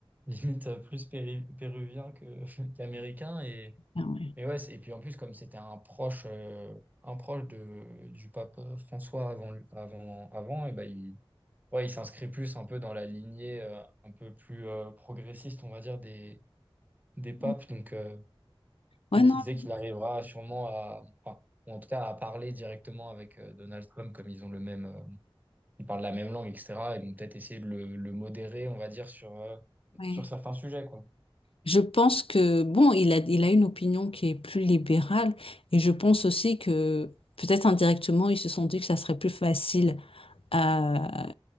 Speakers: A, on the right; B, on the left.
A: limite euh, plus péri- péruvien que, <laughs> qu'américain. Et,
B: oui.
A: Et ouais, c'est- et puis en plus, comme c'était un proche, euh, un proche de, du pape François avant, lui- avant, avant et ben il, ouais, il s'inscrit plus un peu dans la lignée euh, un peu plus euh, progressiste, on va dire, des, des papes.
B: Ouais,
A: Donc euh,
B: non,
A: peut-être qu'il disait qu'il arrivera sûrement à, enfin, ou en tout cas à parler directement avec euh, Donald Trump, comme ils ont le même, euh, ils parlent la même langue, etc. Et donc peut-être essayer de le, le modérer, on va dire, sur, euh,
B: ouais.
A: sur certains sujets, quoi.
B: Je pense que, bon, il a, il a une opinion qui est plus libérale et je pense aussi que peut-être indirectement, ils se sont dit que ça serait plus facile à,